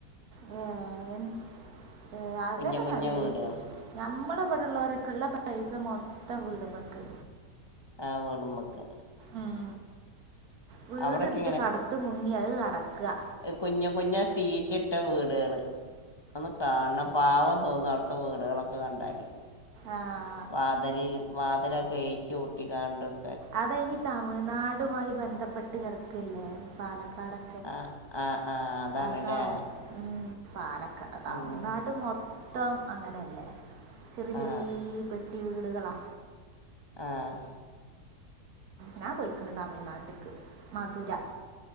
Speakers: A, on the right (about 60°); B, on the left (about 20°).
A: <unintelligible> അതന്നെ
B: കുഞ്ഞു കുഞ്ഞു
A: നല്ലത്
B: വീടുകൾ
A: ഞമ്മളെ ഇവിടെ ള്ളൊരൊക്കെ ഇള്ള പൈസ മൊത്തം വീട് മ്മക്ക്
B: ആ വോട്മക്ക്
A: ഉം വീട്
B: അവിടെയൊക്കെ
A: ട്ത്ത് കടത്ത് മുങ്ങി അഹ് അടക്കാ
B: കുഞ്ഞ് കുഞ്ഞ് സീറ്റ് ഇട്ട വീടുകള് ഒന്ന് കാണണം പാവം തോന്നും അ ത്തെ വീടുകളൊക്കെ കണ്ടാല്
A: ആഹ്
B: വാതിലി വാതിലൊക്കെ ഏച്ചൂട്ടിക്കാണ്ടും
A: അത് അയിന് തമിഴ്നാടുമായി ബന്ധപ്പെട്ട് കിടക്കല്ലേ പാലക്കാടൊ
B: ആ ആഹ് ആഹ് ആ അതാണല്ലേ
A: അതാവും മ് പാലക്കാ തമിഴ്നാട്
B: ഉം,
A: മൊത്തം അങ്ങനെയല്ലേ ചെറിയ ചെറിയ
B: ആ
A: പെട്ടി വീടുകളാ
B: ആഹ്
A: ഞാൻ പോയിക്ക്ണ് തമിഴ്നാട്ട്ക്ക് മധുര